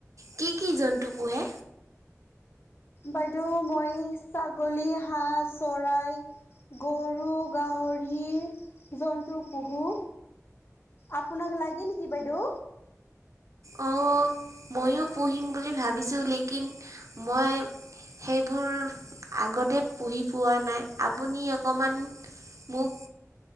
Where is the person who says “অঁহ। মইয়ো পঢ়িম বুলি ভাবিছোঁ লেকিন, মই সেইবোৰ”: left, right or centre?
Right